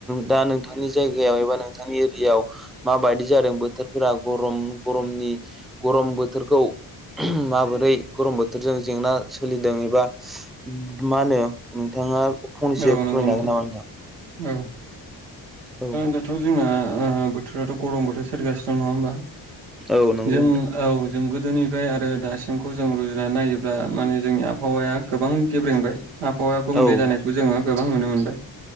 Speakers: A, in the centre; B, on the right.
A: दा नोंथांनि जायगायाव एबा नोंथांनि एरियाव माबायदि जादों बोथोरफोरा गरम गरमनि? गरम बोथोरखौ <unintelligible> माबोरै गरम बोथोरजों जेंना सोलिदों एबा मा होनो नोंथाङा फंनैसो
B: औ
A: फोरमायनो
B: नंगौ
A: हागोन नामा नोंथां?
B: औ
A: औ
B: दाथ' जोंना ओ बोथोराथ' गरम बोथोर सोलिगासिनो दं। नङा होमबा?
A: औ नंगौ
B: जों
A: नोंथां।
B: औ जों गोदोनिफ्राय आरो दासिमखौ जों रुजुनानै नायोब्ला माने जोंनि आबहावाया गोबां गेब्रेंबाय। आबहावाया गुबुंले
A: औ
B: जानायखौ जोङो गोबां नुनो मोनबाय।